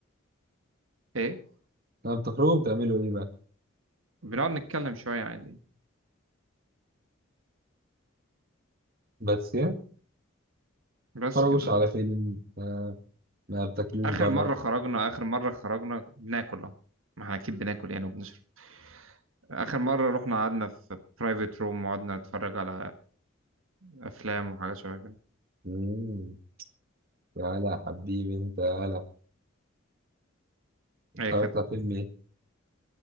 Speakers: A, on the right; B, on the right.
A: إيه
B: لما بتخرجوا بتعملوا ايه بقى؟
A: بنقعد نتكلم شوية عادي
B: بس يعني
A: بس
B: بتتفرجوش
A: كده
B: على فيلم آه، ما بتاكلوش
A: آخر
B: بره
A: مرة خرجنا آخر مرة خرجنا بناكل اه ما احنا أكيد بناكل يعني وبنشرب آخر مرة رحنا قعدنا في برايفت روم وقعدنا نتفرج على أفلام وحاجات شوية كده
B: مم. تعالى يا حبيبي انت تعالى اتفرجت
A: أي خدمة
B: على فيلم ايه؟